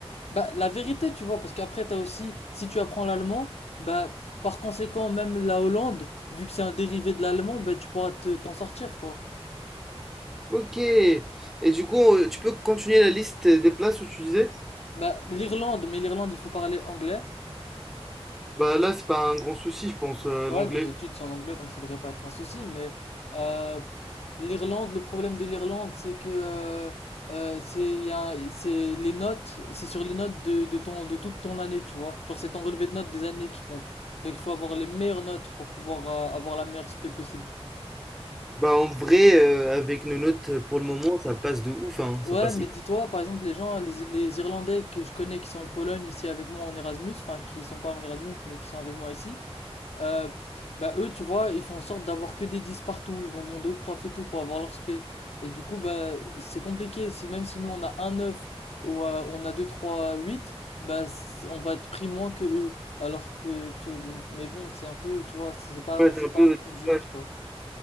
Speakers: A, on the left; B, in the centre.
A: Bah, la vérité, tu vois, parce qu'après, t'as aussi, si tu apprends l'allemand, bah, par conséquent, même la Hollande, vu que c'est un dérivé de l'allemand, bah, tu pourras te, t'en sortir, quoi.
B: Ok. Et du coup, euh, tu peux continuer la liste des places où tu disais?
A: Bah, l'Irlande, mais l'Irlande, il faut parler anglais.
B: Bah là, c'est pas un grand souci, je pense, euh,
A: Ouais,
B: l'anglais.
A: nos études sont en anglais, donc ça devrait pas être un souci, mais, euh, l'Irlande, le problème de l'Irlande, c'est que, euh, euh, c'est, il y a, un- c'est les notes, c'est sur les notes de, de ton, de toute ton année, tu vois. Genre, c'est ton relevé de notes des années qui compte. Donc, il faut avoir les meilleures notes pour pouvoir, euh, avoir la meilleure spé possible.
B: Bah en vrai, euh, avec nos notes euh, pour le moment, ça passe de ouf, hein. Ça
A: Ouais,
B: passe
A: mais
B: hyper.
A: dis-toi, par exemple, les gens, les, les Irlandais que je connais qui sont en Pologne ici avec moi en Erasmus, enfin qui sont pas en Erasmus mais qui sont avec moi ici, euh, bah eux, tu vois, ils font en sorte d'avoir que des 10 partout, ils vont demander au prof et tout pour avoir leur spé. Et du coup, bah c'est compliqué, si même si nous on a un 9 ou euh, on a 2 3 8, bah c'est- on va être pris moins que eux. Alors que, tu mais bon, c'est un peu, tu vois, c'est pas,
B: Ouais,
A: c'est
B: c'est un peu,
A: pas un peu juste,
B: ouais,
A: quoi.